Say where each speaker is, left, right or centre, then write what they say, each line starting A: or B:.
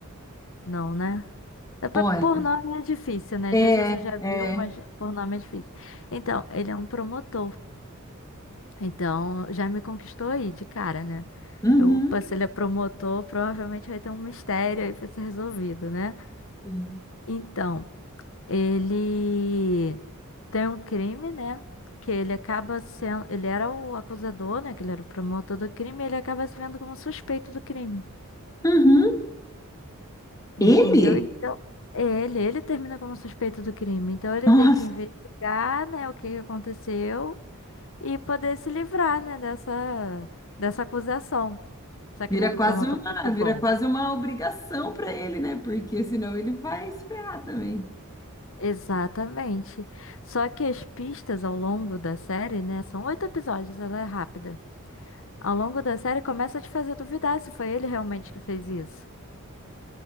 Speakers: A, on the left (about 65°); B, on the left (about 15°).
A: Não, né? É pa-
B: Olha,
A: Por nome é difícil, né?
B: é,
A: Às vezes você já viu,
B: é,
A: mas por nome é difícil. Então, ele é um promotor. Então, já me conquistou aí de cara, né?
B: Uhum,
A: Eu passei ele é promotor, provavelmente vai ter um mistério aí pra ser resolvido, né?
B: sim.
A: Então, ele tem um crime, né? Que ele acaba sendo. Ele era o acusador, né? Que ele era o promotor do crime, e ele acaba se vendo como suspeito do crime.
B: uhum,
A: Entendeu?
B: ele?
A: Então, ele, ele termina como suspeito do crime. Então, ele
B: Nossa,
A: tem que investigar, né, o que que aconteceu e poder se livrar, né, dessa, dessa acusação. Só
B: vira
A: que ele é um
B: quase
A: promotor
B: uma,
A: muito bom.
B: vira quase uma obrigação para ele, né? Porque senão ele vai se ferrar também.
A: Exatamente. Só que as pistas ao longo da série, né? São oito episódios, ela é rápida. Ao longo da série começa a te fazer duvidar se foi ele realmente que fez isso.